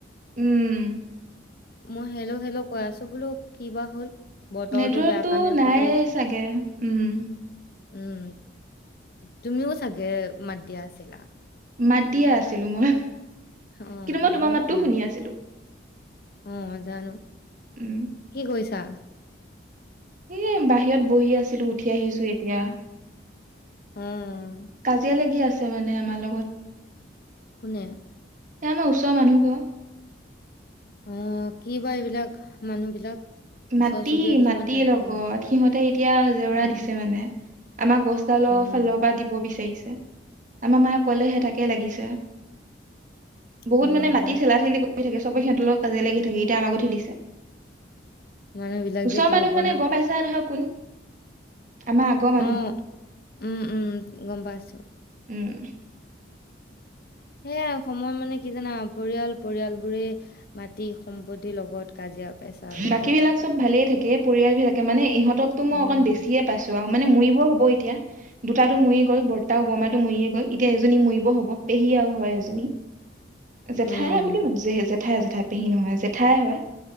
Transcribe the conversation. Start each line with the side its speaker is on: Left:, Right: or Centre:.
Right: উম
Left: মই হেলল' হেল্ল' কৈ আছো বোলো কি বা হ'ল বতৰটো
Right: নেটৱৰ্কতটো
Left: বেয়া কাৰণে
Right: নাইে
Left: বোলো
Right: চাগে উম
Left: উম তুমিও চাগে মাত দিয়া আছিলা
Right: মাত দিয়ে আছিলো মই
Left: অ
Right: কিন্তু মই তোমাৰ
Left: ময়ো
Right: মাতটো
Left: শুনা
Right: শুনি
Left: নাই
Right: আছিলো
Left: অ জানো
Right: উম,
Left: কি কৈচে? টা
Right: এ বাহিৰত বহি আছো ছিলো উঠি আহিছো এতিয়া
Left: উম
Right: কাজিয়া লাগি আছে মানে আমালগত ক'ত
Left: কোনে?
Right: এ আমাৰ ওচৰৰ মানুহ ঘৰ
Left: অ কি বা এইবিলাক মানুহ বিলাক ওচৰ
Right: মাটি
Left: চুবুৰীয়া কিছুমান
Right: মাটি
Left: থাকে।
Right: লগত সিহঁতে এতিয়া জেওৰা
Left: উম
Right: দিছে মানে আমাৰ গছ ডালৰ
Left: উম
Right: ফালৰ পৰা দিব বিচাৰিছে আমাৰ মায়ে কলে হে তাকে লাগিছে বহুত
Left: হয়
Right: মানে
Left: দিয়া
Right: মাটি ঠেলা ঠেলি গ থাকে চবে সিহঁতৰ লগত কাজিয়া লাগি থাকে এতিয়া আমাকো ঠেলিছে
Left: মানুহ বিলাক
Right: ওচৰ
Left: যে কি
Right: মানুহ
Left: হব
Right: মানে
Left: ন?
Right: গম পাইছা নহয় কোন আমাৰ আগৰ মানুহ
Left: অ
Right: ঘৰ
Left: উম উম গম পাইছো
Right: উম
Left: সেয়াই সময় মানে কি জানা পৰিয়াল পৰিয়াল বোৰে মাটি সম্পত্তিৰ লগত কাজিয়া পেচাল এইবোৰ।
Right: বাকী বিলাক চব ভালেই থাকে পৰিয়ালবিলাকে মানে ইহঁতকতো মই
Left: উম,
Right: অকন বেছিয়ে পাইছো আৰু মানে মৰিবও হ'ব এতিয়া দুটাতো মৰি গ'ল বৰ্তা ওবমাটো মৰিয়ে গ'ল এতিয়া এজনী মৰিব হব পেহী হয় এজনী জেঠাই
Left: উম,
Right: বুলি মাতে‌ জেঠাই জেঠু জেঠাই পেহী নহয় জেঠাই হয়